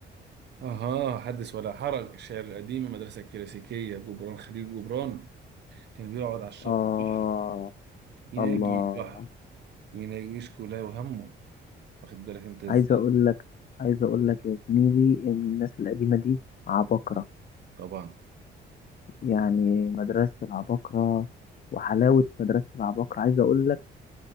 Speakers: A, on the right; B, on the left.
A: أها حدث ولا حرج الشعر القديم المدرسة الكلاسيكية جبران خليل جبران كان بيقعد على الشط
B: اه
A: البحر يناجي
B: الله
A: البحر ويناجي يشكو له وهمه واخد بالك أنت إزاي
B: عايز اقول لك عايز اقول لك يا زميلي ان الناس القديمه دي عباقره
A: طبعا
B: يعني مدرسة العباقرة وحلاوة مدرسة العباقرة عايز أقول لك